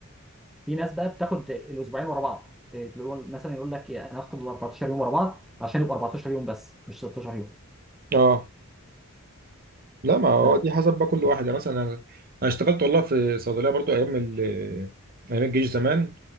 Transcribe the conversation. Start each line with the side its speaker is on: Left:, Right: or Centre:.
Centre: في ناس بقى بتاخد الاسبوعين ورا بعض إيه، تقول مثلا يقول لك إيه، انا هاخد ال 14 يوم ورا بعض عشان يبقى 14 يوم بس مش 16 يوم
Right: اه لا ما هو
Centre: ف...
Right: دي حسب بقى كل واحد يعني مثلا انا انا اشتغلت والله في صيدليه برضو ايام ال... ايام الجيش زمان